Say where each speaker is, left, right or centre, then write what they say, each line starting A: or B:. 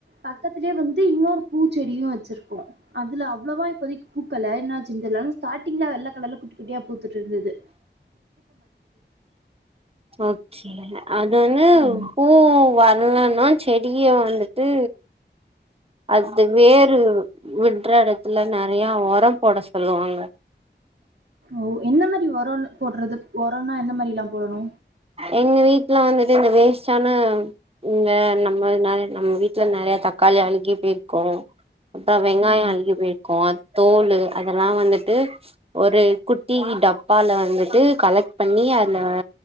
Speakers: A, on the right; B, on the right.
A: பக்கத்திலயே வந்து இன்னொரு பூச்செடியு வச்சிருக்கோ அதுல அவ்ளோவா இப்போதைக்கு பூக்கல என்னாச்சுன் தெர்ல ஆனா ஸ்டார்டிங்ல வெள்ள கலர்ல குட்டி குட்டியா பூத்துட்டுருந்துது
B: ஓகே அது வந்து
A: ம்
B: பூ வர்லன்னா செடிய வந்துட்டு அது வேர் வுட்ற எடத்துல நெறைய ஒரம் போட சொல்லுவாங்க
A: ஓ என்ன மாரி ஒரோ போடுறது ஒரோனா எந்த மாரி எல்லா போடணு
B: எங்க வீட்ல வந்துட்டு இந்த வேஸ்டான இங்க நம்ம நெறைய நம்ம வீட்ல நெறய தக்காளி அழுகி போயிருக்கு அப்றோ வெங்காயோ
A: ம்
B: அழுகி போயிருக்கு தோல் அதெல்லா வந்துட்டு ஒரு குட்டி டப்பால வந்துட்டு கலெக்ட் பண்ணி அதுல